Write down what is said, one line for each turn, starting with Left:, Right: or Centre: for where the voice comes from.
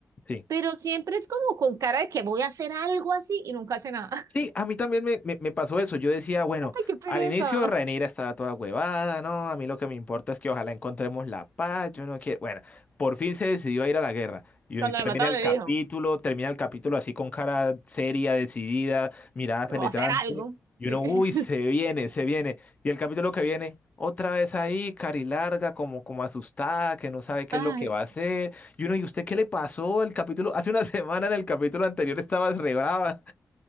Left: Sí.
Right: pero siempre es como con cara de que voy a hacer algo así y nunca hace nada.
Left: Sí, a mí también me, me- me pasó eso. Yo decía, bueno,
Right: <laughs> Ay, qué pereza.
Left: al inicio Rhaenyra estaba toda huevada, ¿no? A mí lo que me importa es que ojalá encontremos la paz, yo no quiero... Bueno, por fin se decidió a ir a la guerra. Y
Right: Cuando
Left: hoy termina
Right: le mataron
Left: el
Right: le
Left: capítulo,
Right: dijo,
Left: termina el capítulo así con cara seria, decidida, mirada penetrante.
Right: voy a hacer algo.
Left: Y
Right: Sí.
Left: uno, uy,
Right: <laughs>
Left: se viene, se viene. Y el capítulo que viene, otra vez ahí, carilarga, como, como asustada, que no sabe qué
Right: Ay,
Left: es lo que va a hacer. Y uno, ¿y usted qué le pasó? El capítulo, hace una <laughs> semana en el capítulo anterior estabas re brava.